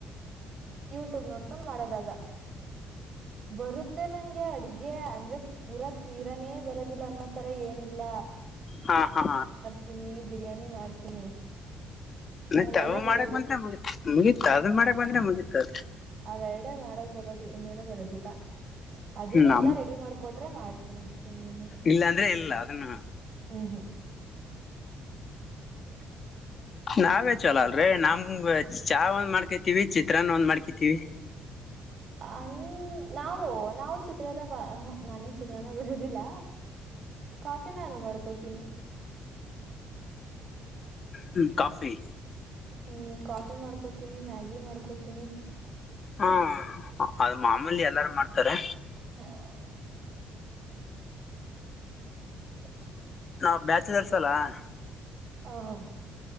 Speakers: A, on the right; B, on the left.
A: ಯೂಟ್ಯೂಬ್ ನೋಡ್ಕೊಂಡ್ ಮಾಡದಾಗ ಬರುತ್ತೆ ನಂಗೆ ಅಡಗೆ ಅಂದ್ರೆ ಪುರ ತೀರನೇ ಬರೋದಿಲ್ಲ ಅನ್ನೋ ತರ ಏನಿಲ್ಲ.
B: ಹಾ ಹಾ
A: ತೀನಿ ಬಿರಿಯಾನಿ ಮಾಡ್ತೀನಿ.
B: ಮತ್ತ
A: ಅವೆಡೆ
B: ಅವು ಮಾಡಕ್
A: ಬರೋದು
B: ಬಂದ್ರೆ ಮುಗತ್ ಮುಗೀತು ಅದನ್ ಮಾಡಾಕ್
A: ಆ
B: ಬಂದ್ರೆ ಮುಗಿತು ಅದು
A: ಅವೆರಡೆ ಮಾಡಕ್ ಬರೋದು ಇನ್ನೇನು ಬರೋದಿಲ್ಲ. ಅದನ್ನೇ
B: ನಮ್
A: ಎಲ್ಲಾ ರೆಡಿ ಮಾಡ್ಕೊಟ್ರೆ ಮಾಡ್ತೀನಿ ಅಷ್ಟೇ ಇನ್ನೇನಿಲ್ಲ.
B: ಇಲ್ಲಾಂದ್ರೆ ಇಲ್ಲ ಅದನ್ನ
A: ಹ್ಮ್
B: ನಾವೇ ಚಲೋ ಅಲ್ ರೇ ನಮ್ಮಗ ಚಾ ಒಂದೂ ಮಾಡ್ಕೊಂತೀವಿ ಚಿತ್ರಾನ್ನ ಒಂದು ಮಾಡ್ಕೊಂತೀವಿ.
A: ಅನ್ ನಾವು ನಾವು ಚಿತ್ರಾನ್ನ ನನಗೂ ಚಿತ್ರಾನ್ನ ಬರೋದಿಲ್ಲ. ಕಾಫಿ ನಾನು ಮಾಡ್ಕೋತೀನಿ.
B: ಹ್ಮ ಕಾಫಿ
A: ಹ್ಮ ಕಾಫಿ ಮಾಡ್ಕೊಂತೀನಿ ಮ್ಯಾಗಿ ಮಾಡ್ಕೊಂತೀನಿ.
B: ಹಾ ಅದು ಮಾಮೂಲಿ ಎಲ್ಲಾರು ಮಾಡ್ತಾರೆ.
A: ಹ <unintelligible> <inaudible> <unintelligible>
B: ನಾವು ಬ್ಯಾಚುಲರ್ಸ್ ಅಲ್ಲಾ? <inaudible>
A: ಅವೂ! <inaudible>